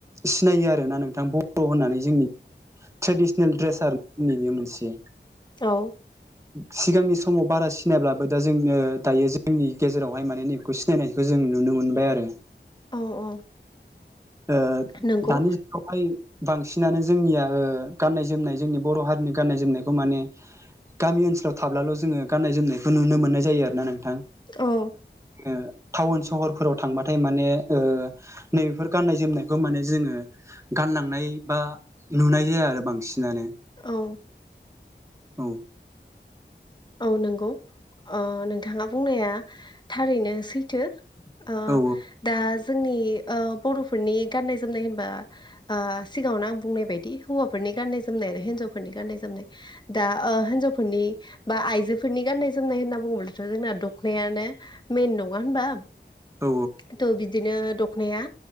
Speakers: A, on the right; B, on the left.
A: सिनायो आरो ना नोंथां बर' होननानै जोंनि ट्रेडिसनेल ड्रेसआ जोंनि बे मोनसे
B: औ
A: सिगांनि समाव बारा सिनाय्लाबो दा जोङो दायो जोंनि गेजेरावहाय माने नैबेखौ सिनायनाय खौ जों नुनो मोनबाय आरो
B: औ औ
A: ओ
B: नंगौ
A: दानि जुगावहाय बांसिनानो जोंनिया गाननाय जोमनाय जोंनि बर' हारिनि गाननाय जोमनायखौ माने गामि ओनसोलाव थाब्लाल' जोङो गाननाय जोमनायखौ नुनो मोननाय जायो आरोना नों थां
B: औ
A: ओ टाउन सहफोराव थांबथाय माने ओ नै बेफोर गाननाय जोमनायखौ माने जोङो गानलांनाय बा नुनाय जाया आरो बांसिनानो
B: औ
A: औ
B: औ नंगौ नोंथाङा बुंनाया थारैनो सैथो ओ
A: औ
B: दा जोंनि ओ बर'फोरनि गाननाय जनाय होनबा ओ सिगाङावनो आं बुंनाय बायदि हौफोरनि गाननाय जोमनाय ओरो हेन्जावफोरनि गाननाय जोमनाय दा ओ हेन्जावफोरनि फोरनि बा आइजोफोरनि गान्नाय जोमनाय होनना बुङोब्लाथ' जोंना दखनायानो मेन नङा होनबा
A: औ
B: थ' बिदिनो नाया